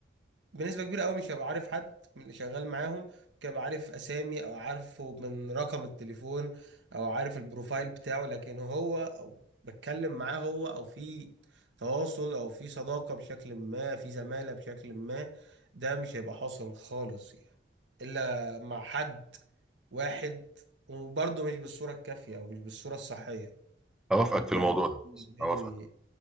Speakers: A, on the right; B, in the centre.
A: بنسبة كبيرة قوي مش هبقى عارف حد من اللي شغال معاهم ممكن ابقى عارف اسامي او عارفه من رقم التليفون او عارف البروفايل بتاعه لكن هو او بتكلم معاه هو او في تواصل او في صداقة بشكل ما في زمالة بشكل ما ده مش هيبقى حاصل خالص يعني الا مع حد واحد وبرضه مش بالصورة الكافية او مش بالصورة الصحية
B: أوافقك
A: يعني
B: في الموضوع
A: انا
B: ده
A: بالنسبة
B: أوافقك
A: لي